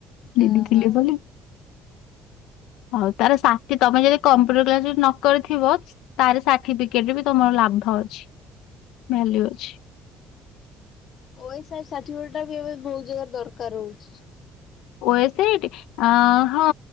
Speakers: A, on the left (about 80°); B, on the left (about 45°).
A: ଦିଦି
B: ଓହୋ
A: ଥିଲେ ବୋଲି ହଉ ତାର ସାର୍ଟି ତମେ ଯଦି କମ୍ପ୍ୟୁଟର କ୍ଲାସ ବି ନ କରିଥିବ ତାର ସାର୍ଟିଫିକେଟ ବି ତମର ଲାଭ ଅଛି ଭାଲ୍ୟୁ ଅଛି।
B: ଓ ଏସ ଆର ସାର୍ଟିଫିକେଟ ଟା ବି ଏବେ ବହୁତ ଜାଗାରେ ଦରକାର ହଉଛି।
A: ଓ ଏସ ଏ ଟି ଆଁ ହଁ